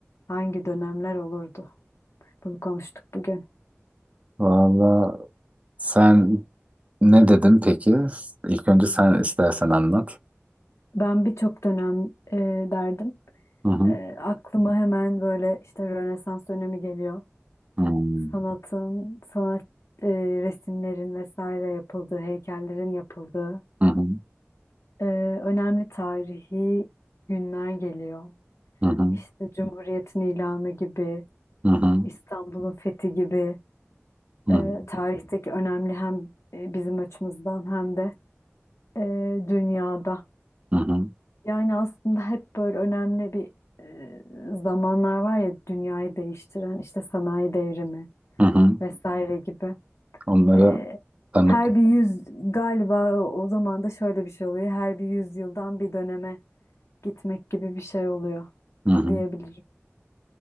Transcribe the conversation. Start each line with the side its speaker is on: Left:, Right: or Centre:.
Left: hangi dönemler olurdu? Bunu konuştuk bugün.
Right: Valla sen ne dedin peki? İlk önce sen istersen anlat.
Left: Ben birçok dönem e, derdim.
Right: Hı hı.
Left: E, aklıma hemen böyle işte Rönesans dönemi geliyor.
Right: Hmm.
Left: Sanatın, sanat e, resimlerin vesaire yapıldığı, heykellerin yapıldığı
Right: Hı hı.
Left: Ee, önemli tarihi günler geliyor.
Right: Hı hı.
Left: İşte Cumhuriyet'in ilanı gibi,
Right: Hı hı.
Left: İstanbul'un fethi gibi
Right: Hı hı.
Left: e, tarihteki önemli hem e, bizim açımızdan hem de e, dünyada.
Right: Hı hı.
Left: Yani aslında hep böyle önemli bir e, zamanlar var ya dünyayı değiştiren işte sanayi devrimi
Right: Hı hı.
Left: vesaire gibi.
Right: Onlara
Left: E,
Right: tanık.
Left: her bir yüz galiba o o zaman da şöyle bir şey oluyor. Her bir yüzyıldan bir döneme gitmek gibi bir şey oluyor
Right: Hı hı.
Left: diyebilirim.